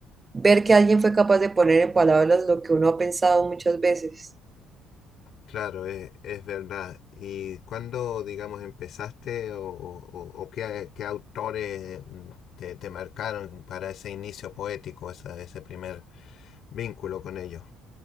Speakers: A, on the right; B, on the left.
A: ver que alguien fue capaz de poner en palabras lo que uno ha pensado muchas veces.
B: claro, es, es verdad. ¿Y cuándo, digamos, empezaste o, o- o qué, qué autores mm, te, te marcaron para ese inicio poético, esa- ese primer vínculo con ellos?